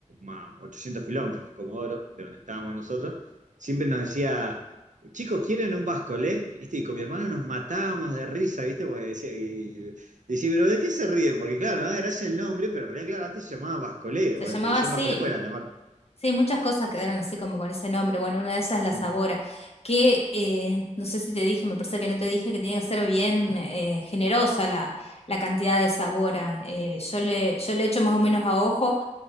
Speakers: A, on the right (about 80°); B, on the left (about 55°).
A: a 800 kilómetros en Comodoro, de donde estábamos nosotros, siempre nos decía, Chicos, ¿quieren un bascolé? ¿Viste? Y con mi hermano nos matábamos de risa, ¿viste? Porque decía, y- decía, pero ¿de qué se ríen? Porque claro, no da gracia el nombre, pero en realidad, claro, antes se llamaba bascolé,
B: se
A: o
B: llamaba
A: le decían
B: así.
A: bascolé porque era la marca.
B: Sí, muchas cosas quedaron así como con ese nombre. Bueno, una de esas es la
A: Mm,
B: Sabora, que eh, no sé si te dije, me parece que no te dije que tiene que ser bien eh, generosa la, la cantidad de Sabora. Eh, yo le, yo le echo más o menos a ojo,